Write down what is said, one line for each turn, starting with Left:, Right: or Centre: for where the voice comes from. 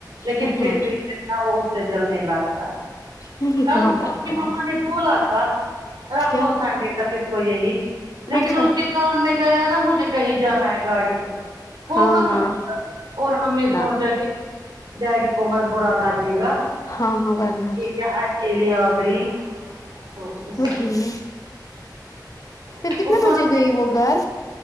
Right: لیکن
Left: ہ ہ
Right: پھر بھی وہ اس سے دل نہیں بھرتا
Left: نہیں
Right: کل
Left: کہاں بنتا
Right: اس کی ماما
Left: ہے
Right: نے بولا تھا رکھ
Left: کیا
Right: لو سنڈے تک اس کو یہی لیکن
Left: اچھا
Right: اس کے دون میں گیا نا مجھے کہیں جانا ہے گاڑی میں وہ
Left: ہاں
Right: کہاں رکتا اور ہم نے
Left: نہ
Right: سوچا کہ ڈیڈی کو مت بولا لگے گا
Left: ہاں ہاں بنا
Right: یہ کیا اکیلے آ گئی تو اس
Left: وہی
Right: لیے
Left: میں پھر
Right: اس
Left: کتنے
Right: کو
Left: بجے
Right: ہم
Left: گئی
Right: نے
Left: وہ گھر